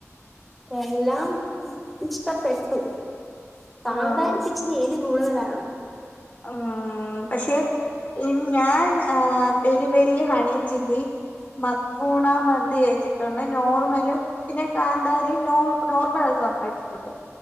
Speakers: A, in the centre; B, on the left (about 35°).
A: എല്ലാം ഇഷ്ടപ്പെട്ടു കാന്താരിക്ക്ച്ച്
B: ആഹ്
A: ത്തിരിഎരി കൂടുതലാണ്
B: ആഹ് പഷെ ഇ ഞാൻ ആഹ് പെരി പെരി ഹണിച്ചില്ലി മക്രൂണ മന്തി കയ്ച്ചിട്ടുണ്ട് നോർമലും പിന്നെ കാന്താരിയും നോ നോർമലായ കാന്തരിം